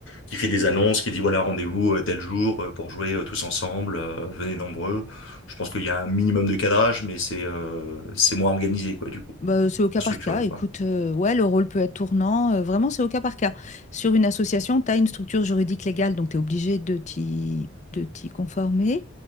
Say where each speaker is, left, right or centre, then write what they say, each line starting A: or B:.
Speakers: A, on the left; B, on the left.
A: qui fait des annonces, qui dit voilà, rendez-vous euh, tel jour euh, pour jouer euh, tous ensemble, euh, venez nombreux. Je pense qu'il y a un minimum de cadrage, mais c'est euh, c'est moins organisé, quoi, du coup,
B: Bah, c'est au cas
A: moins
B: par
A: structuré,
B: cas. Écoute,
A: quoi.
B: euh, ouais, le rôle peut être tournant. euh, vraiment, c'est au cas par cas. Sur une association, tu as une structure juridique légale, donc tu es obligé de t'y, de t'y conformer.